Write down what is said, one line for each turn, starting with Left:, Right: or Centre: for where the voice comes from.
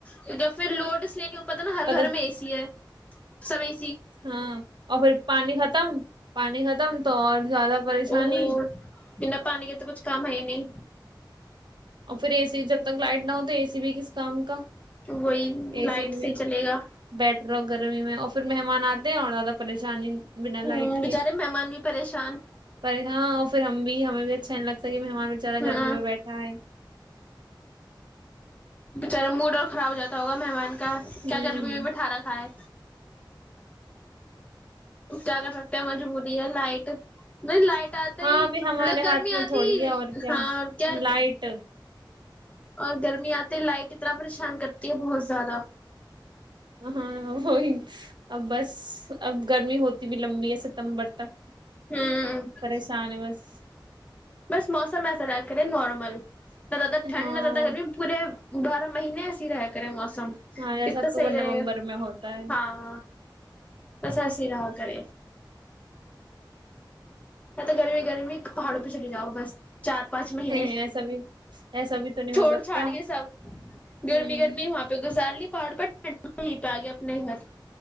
Left: کیونکہ پھر لوڈ اس لیے نہیں ہو پاتتا نا ہر
Right: پتہ
Left: گھر میں اے سی ہے سبھی
Right: ہاں اور پھر پانی ختم پانی ختم تو اور زیادہ پریشانی
Left: او ہو بنا پانی کے تو کچھ کام ہے ہی نہیں
Right: اور پھر اے سی جب تک لائٹ نہ ہو تو اے سی بھی کس کام کا
Left: وہی
Right: اے
Left: لائٹ
Right: سی بھی
Left: سے چلے گا
Right: بیٹھ رہو گرمی میں اور پھر مہمان آتے ہیں اور زیادہ پریشانی بنا لائٹ
Left: ہوں بچارے
Right: کے
Left: مہمان بھی پریشان
Right: پے گا اور پھر ہم بھی ہمیں بھی اچھا فین لگتا کہ بےچارا
Left: ہاں
Right: گرمی میں ب بیٹھا ہے
Left: بچارے موڈ اور خراب ہواتا ہوگا مہمان کا کیا
Right: ہوں
Left: کیا گرمی میں مٹھارا کھائے کیا کر سکتے ہیں مجبوری ہے لائٹ نہیں لائٹ آتا
Right: ہاں
Left: ہی
Right: ابھی
Left: مطلب
Right: ہمارے
Left: گرمی
Right: ہاتھ میں
Left: آتی
Right: تھوڑی
Left: ہی
Right: ہے اور کیا
Left: ہاں کیا
Right: لائٹ
Left: اور گرمی آتی ت لائٹ ا طرح پریشان کرتی ہے بہت زیادہ
Right: ہاں وہی اب بس اب گرمی ہوتی بھی لمبی یا ستمبر تک
Left: ہوں
Right: پریشان ہے بس
Left: بس موسم ایسا رکھ رہے نارمل نہ زیادہ ٹنڈ
Right: ہاں
Left: نہ زیاد گرمی پورے اب مہینے ایسی ہی رہا کرے موسم
Right: ہاں جیسا
Left: پھر
Right: اکتوبر
Left: تو صحیح
Right: نومبر
Left: رہے گا
Right: میں ہوتا ہے
Left: ہاں بس ایس رہا کرے آتا گرمی گرمی پہاڑوں پی چلی جاؤ بس چار پانچ مہینے
Right: ہ ایسا بھی ایسا بھی تو نہیں
Left: چھوڑ
Right: ہو سکتا
Left: چھاڑ کے سب گرمی
Right: ہ
Left: گرمی وہاں پہ گزار لی پہاڑ پر ٹنڈا نہیں پیا گیا اپنے گھر